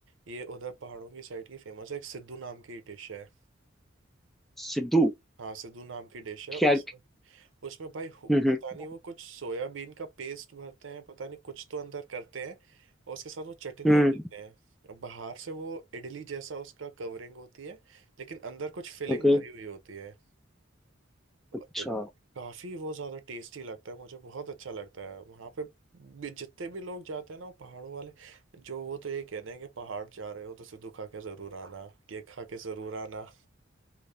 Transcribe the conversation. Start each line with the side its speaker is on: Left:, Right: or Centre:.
Right: ये उधर पहाड़ों की साइड की फेमस है एक सिद्धू नाम की डिश है
Centre: सिद्धू
Right: हाँ सिद्धू नाम की डिश है
Centre: क्या
Right: उसमें उसमें भाई हु-
Centre: हम्म
Right: पता
Centre: हम्म
Right: नहीं वो कुछ सोयाबीन का पेस्ट भरते हैं पता नहीं कुछ तो अंदर करते हैं और उसके साथ वो चटनियाँ
Centre: हम्म,
Right: देते हैं और बाहर से वो इडली जैसा उसका कवरिंग होती है लेकिन अंदर कुछ फिलिंग
Centre: ओके
Right: भरी हुई होती है
Centre: अच्छा
Right: और इत- काफी वो ज्यादा टेस्टी लगता है मुझे बहुत अच्छा लगता है वहां पे भी- जितने भी लोग जाते हैं ना वो पहाड़ों वाले जो वो तो ये कहते हैं कि पहाड़ जा रहे हो तो सिद्धू खा के जरूर आना ये खा के जरूर आना